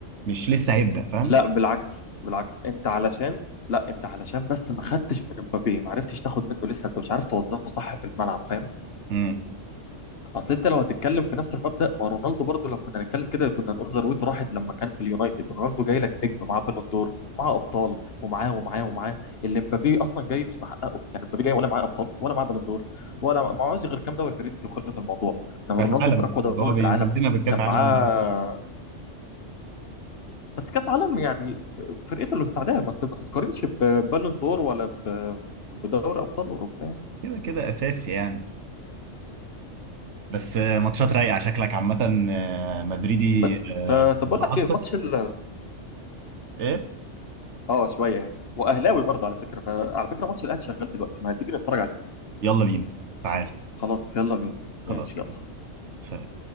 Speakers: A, on the right; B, on the left.
A: مش لسه هيبدأ فاهم
B: لا بالعكس بالعكس انت علشان لا انت علشان بس ما خدتش من مبابي ما عرفتش تاخد منه لسه انت مش عارف توظفه صح في الملعب فاهم
A: امم
B: اصل انت لو هتتكلم في نفس المبدأ ما رونالدو برضو لو كنا هنتكلم كده كنا نقول ذروته راحت لما كان في اليونايتد رونالدو جاي لك نجم معاه بالون دور معاه ابطال ومعاه ومعاه ومعاه اللي مبابي اصلا جاي مش محققه يعني مبابي جاي ولا معاه ابطال ولا معاه بالون دور ولا معهوش غير كام دوري فرنسي وخلص الموضوع لما
A: كاس
B: رونالدو
A: عالم
B: في اقوى دوري
A: اللي هو بيذلنا
B: في العالم
A: بالكاس
B: كان معاه
A: عالم
B: بس كاس عالم يعني فرقته اللي مساعداها ما ما تتقارنش ببالون دور ولا ب- بدوري ابطال اوروبا يعني
A: كده كده اساسي يعني بس آه، ماتشات رايقه شكلك عامه آه، مدريدي
B: بس
A: آه،
B: فطب اقول
A: متعصب
B: لك ايه ماتش ال
A: ايه
B: اه شويه يعني واهلاوي برضه على فكره فعلى فكره ماتش الاهلي شغال دلوقتي ما هتيجي نتفرج عليه
A: يلا بينا تعال
B: خلاص يلا بينا
A: خلاص
B: ماشي يلا
A: سلام